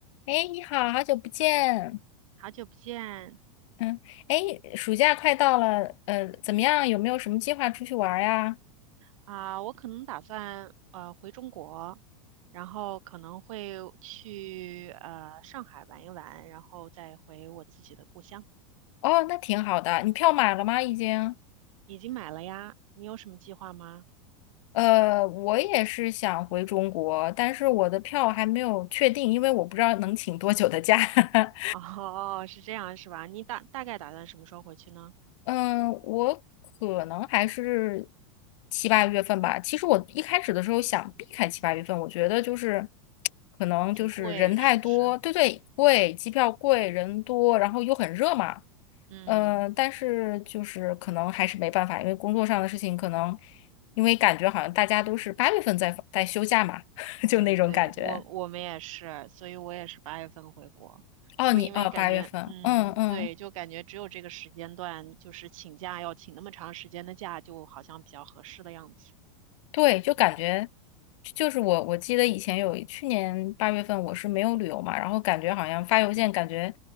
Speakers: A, on the left (about 65°); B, on the right (about 75°).
A: 哎，你好，好久不见。
B: 好久不见
A: 嗯，哎，暑假快到了，呃，怎么样？有没有什么计划出去玩儿呀？
B: 啊，我可能打算呃回中国，然后可能会去呃上海玩一玩，然后再回我自己的故乡。
A: 哦，那挺好的。你票买了吗？已经？
B: 已经买了呀，你有什么计划吗？
A: 呃，我也是想回中国，但是我的票还没有确定，因为我不知道能请多久的假。<laughs>
B: <laughs> 哦，是这样是吧？你大大概打算什么时候回去呢？
A: 嗯，我可能还是七八月份吧。其实我一开始的时候想避开七八月份，我觉得就是可能就是人太多，
B: 挺贵是不是？
A: 对对，贵，机票贵，人多，然后又很热嘛。
B: 嗯。
A: 嗯，但是就是可能还是没办法，因为工作上的事情，可能因为感觉好像大家都是八月份在在休假嘛，<laughs>
B: 哎，
A: 就那种感觉。
B: 对，我我们也是，所以我也是八月份回国，
A: 哦，
B: 就因为感觉，
A: 你哦，八月份，
B: 嗯，
A: 嗯嗯。
B: 对，就感觉只有这个时间段，就是请假要请那么长时间的假，就好像比较合适的样子。
A: 对，就感觉就是我，我记得以前有去年八月份我是没有旅游嘛，然后感觉好像发邮件，感觉